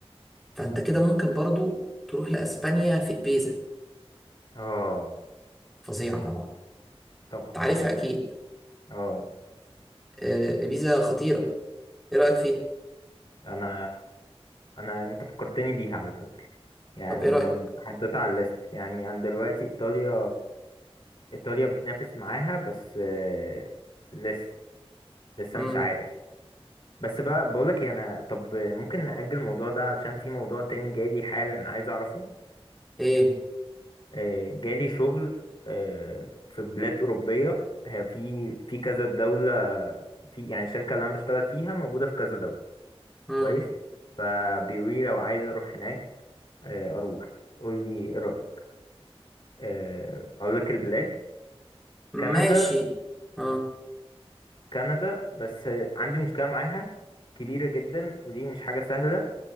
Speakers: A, in the centre; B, on the left.
A: فانت كده ممكن برضو تروح لاسبانيا في ابيزا
B: اه آه،
A: فظيعه طبعا
B: طبعا
A: انت عارفها اكيد
B: اه
A: آه، ابيزا خطيره ايه رايك فيها
B: انا انا انت فكرتني بيها على فكرة يعني
A: طب ايه رايك
B: حطيتها على الليست يعني انا دلوقتي ايطاليا ايطاليا بتنافس معاها بس آه، لسه لسه
A: امم
B: مش عارف بس بقى بقولك إيه، انا طب ممكن نأجل الموضوع ده علشان في موضوع تاني جالي حالا عايز اعرفه
A: ايه
B: آه، جالي شغل آه، في بلاد أوروبية هي في في كذا دولة في يعني الشركة اللي أنا بشتغل فيها موجودة في كذا دولة
A: امم
B: كويس فبيقولي لو عايز أروح هناك آه، اروح قول لي ايه رايك آه، اقول لك البلاد كندا
A: ماشي اه
B: كندا بس آه، عندي مشكله معاها كبيره جدا ودي مش حاجه سهله